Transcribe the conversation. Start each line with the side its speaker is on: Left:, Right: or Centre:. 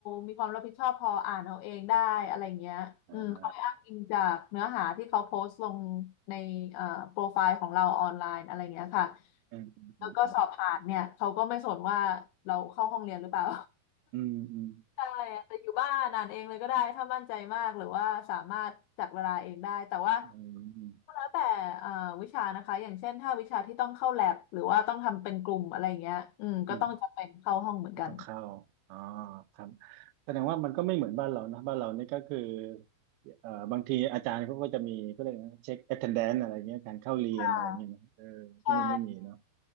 Left: มีความรับผิดชอบพออ่านเอาเองได้อะไรเงี้ย
Right: อ่า
Left: อืมคอยอ้างอิงจากเนื้อหาที่เขาโพสต์ลงในเอ่อโปรไฟล์ของเราออนไลน์อะไรเงี้ยค่ะ
Right: อืมอืมอืม
Left: แล้วก็สอบผ่านเนี่ยเขาก็ไม่สนว่าเราเข้าห้องเรียนหรือเปล่า
Right: อืมอืม
Left: ใช่อาจจะอยู่บ้านอ่านเองเลยก็ได้ถ้ามั่นใจมากหรือว่าสามารถจัดเวลาเองได้แต่ว่า
Right: อืมอืม
Left: ก็แล้วแต่เอ่อวิชานะคะอย่างเช่นถ้าวิชาที่ต้องเข้าแลบหรือว่าต้องทำเป็นกลุ่มอะไรอย่างเงี้ยอืมก็ต้องจำเป็นเข้าห้องเหมือนกัน
Right: อืมก็ต้องเข้าอ๋อครับแสดงว่ามันก็ไม่เหมือนบ้านเรานะบ้านเรานี่ก็คือเอ่อบางทีอาจารย์เขาก็จะมีก็เลยกนะเช็ค attendance อะไรเงี้ยการเข้าเรียนอะไรเงี้ยนะเออที่นู่นไม่มีเนาะ
Left: ใช่ใช่